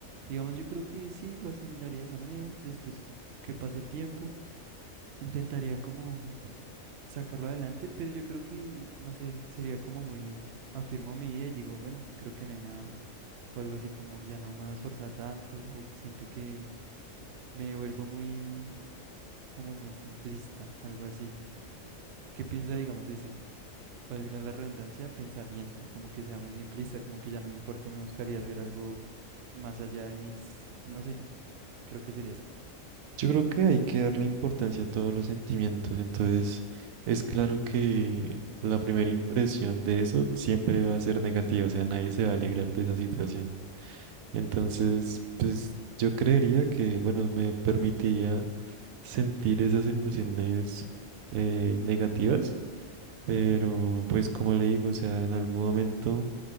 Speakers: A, on the right (about 65°); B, on the right (about 80°).
A: Digamos, yo creo que sí lo asimilaría de esa manera, después que pase el tiempo. Intentaría como sacarlo adelante, pero yo creo que, no sé, sería como muy, afirmo mi idea y digo, bueno, creo que no hay nada más. O algo así como ya no me va a esforzar tanto, o siento que me vuelvo muy, como muy simplista, algo así. ¿Qué piensa, digamos, de ese, valga la redundancia, pensamiento? Como que sea muy simplista, como que ya no me importe, no buscaría hacer algo más allá de mis, no sé, creo que sería así.
B: Yo creo que hay que darle importancia a todos los sentimientos, entonces es claro que la primera impresión de eso siempre va a ser negativa, o sea, nadie se va a alegrar de esa situación. Entonces, pues yo creería que, bueno, me permitiría sentir esas emociones eh, negativas, pero
A: Claro,
B: pues como le digo, o sea, en algún momento